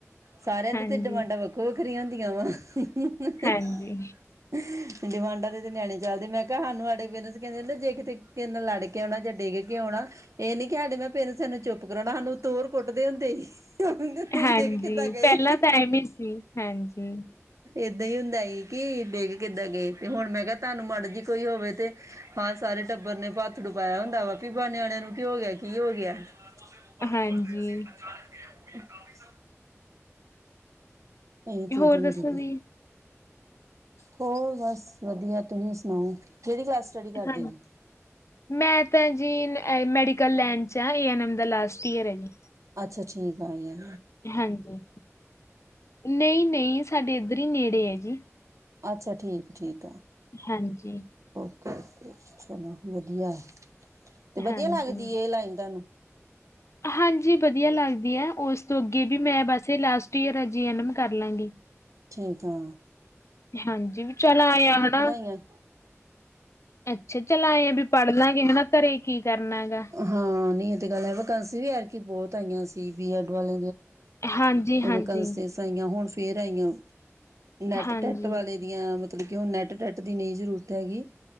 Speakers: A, on the right (about 80°); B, on the left (about 65°).
A: ਸਾਰਿਆਂ ਦੀ
B: ਹਾਂਜੀ
A: ਡਿਮਾਂਡਾ ਵੱਖੋ ਵੱਖ ਰੀਆਂ ਹੁੰਦੀਆਂ ਵਾ ਹਮ
B: ਹਾਂਜੀ
A: ਗਵਾਂਡਾ ਦੇ ਤੇ ਨਿਆਣੇ ਚੱਲਦੇ ਮੈਂ ਕਿਹਾ ਸਾਨੂੰ ਸਾਡੇ ਪੇਰੈਂਟਸ ਕਹਿੰਦੇ ਜੇ ਕਿਤੇ ਨਾਲ ਲੜ ਕੇ ਆਣਾ ਜਾਂ ਡਿੱਗ ਕੇ ਆਣਾ ਇਹ ਨੀ ਕਿ ਸਾਡੇ ਮੈਂ ਪੇਰੈਂਟਸੂੰ ਚੁੱਪ ਕਰਾਣਾ ਸਾਨੂੰ ਊਤੋ ਹੋਰ ਕੁੱਟਦੇ ਹੀ। <unintelligible>
B: ਹਾਂਜੀ
A: ਕੀਦਾ ਗਏ।
B: ਪਹਿਲਾਂ ਤਾਂ ਐਵੇਂ ਸੀ ਹਾਂਜੀ
A: ਏਦਾਂ ਹੀ ਹੁੰਦਾ ਈ। ਕੀ ਡਿੱਗ ਕਿੱਦਾਂ ਗਏ ਤੇ ਹੁਣ ਮੈਂ ਕਿਹਾ ਤੁਹਾਨੂੰ ਮਾੜ ਜੀ ਕੋਈ ਹੋਵੇ ਤੇ ਹਾਂ ਸਾਰੇ ਟੱਬਰ ਨੇ ਪਾਥਡੁ ਪਾਇਆ ਹੁੰਦਾ ਵਾ ਵੀ ਨਿਆਣਿਆਂ ਨੂੰ ਕਿ ਹੋ ਗਿਆ ਕੀ ਹੋ ਗਿਆ। <unintelligible> <unintelligible>
B: ਹਾਂਜੀ
A: ਇਹੀ ਚੀਜ਼
B: ਹੋਰ
A: ਹੁੰਦੀ
B: ਦੱਸੋ
A: ਦੀ
B: ਜੀ
A: ਹੋਰ ਬਸ, ਵਧੀਆ, ਤੁਸੀਂ ਸੁਣਾਓ? ਕਿਹੜੀ ਕਲਾਸ ਸਟੱਡੀ ਕਰਦੇ
B: ਹਾਂਜੀ
A: ਹੋ?
B: ਮੈਂ ਤਾਂ ਜੀ, ਇਹ ਮੈਡੀਕਲ ਲੈਣ 'ਚ ਆ ਏ ਐੱਨ ਐੱਮ ਦਾ ਲਾਸਟ ਈਅਰ ਹੈ ਜੀ।
A: ਅੱਛਾ ਠੀਕ ਆਈ ਐ।
B: ਹਾਂਜੀ ਨਹੀਂ-ਨਹੀਂ, ਸਾਡੇ ਇੱਧਰ ਹੀ ਨੇੜੇ ਹੈ ਜੀ।
A: ਅੱਛਾ ਠੀਕ-ਠੀਕ,
B: ਹਾਂਜੀ,
A: <unintelligible> ਚਲੋ ਵਧੀਆ ਤੇ ਵਧੀਆ
B: ਹਾਂਜੀ।
A: ਲੱਗਦੀ
B: ਹਾਂਜੀ
A: ਇਹ ਲਾਈਨ ਤੁਹਾਨੂੰ
B: ਹਾਂਜੀ ਵਧ ਵਧੀਆ ਲੱਗਦੀ ਹੈ ਉਸ ਤੋਂ, ਵੀ ਮੈਂ ਬਸ ਲਾਸਟ ਈਅਰ ਐ ਜੀ ਐਨ ਐਮ ਕਰ ਲਾਂਗੀ।
A: ਠੀਕ ਆ।
B: ਹਾਂਜੀ ਵੀ ਚੱਲ ਆਇਆ ਹਨਾ
A: ਹੋਈਆਂ
B: ਅੱਛਾ ਚੱਲ ਆਇਆ ਵੀ ਪੜ੍ਹ ਲਾਂਗੇ ਹਨਾ ਘਰੇ ਕੀ ਕਰਨਾਗਾ।
A: ਹਾਂ ਨਹੀਂ ਗੱਲ ਵੀਕੇਨਸੀ ਵੀ ਆਰਕੀ ਬਹੁਤ ਆਈਆਂ ਸੀ ਬੀ ਐਡ ਵਲ <inaudible>
B: ਹਾਂਜੀ-ਹਾਂਜੀ,
A: ਵੀਕੇਨਸੀ ਆਈਆ ਹੋਇਆ। <inaudible> ਆਈਆ, ਨੈਟ
B: ਹਾਂਜੀ।
A: ਟੈਟ ਵਾਲੇ ਦੀਆਂ ਮਤਲਬ ਕਿ ਉਹ ਨੈੱਟ ਟੈਟ ਦੀ ਨਹੀਂ ਜ਼ਰੂ ਹੈਗੀ।